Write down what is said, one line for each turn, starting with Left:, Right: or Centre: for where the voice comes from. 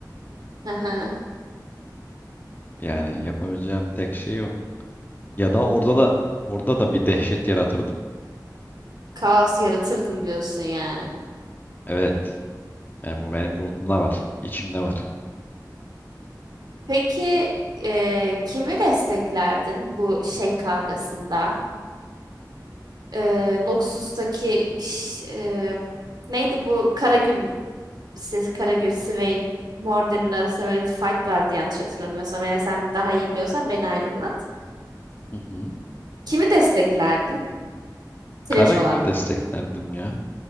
Right: Hı hı.
Left: Yani yapabileceğim tek şey o. Ya da orada da orada da bir dehşet yaratırdım.
Right: Kaos yaratırdım diyorsun yani.
Left: Evet. Yani bu benim ruhumda var. içimde var.
Right: Peki e, kimi desteklerdin bu şey kavgasında? E, Noxus'taki ş- e, neydi bu Karagül ses Karagül Swain Morden'in arasında böyle bir fight vardı yanlış hatırlamıyorsam. Eğer sen daha iyi biliyorsan beni aydınlat.
Left: Hı hı.
Right: Kimi desteklerdin? Trash
Left: Karagül'ü
Right: olarak.
Left: desteklerdim ya.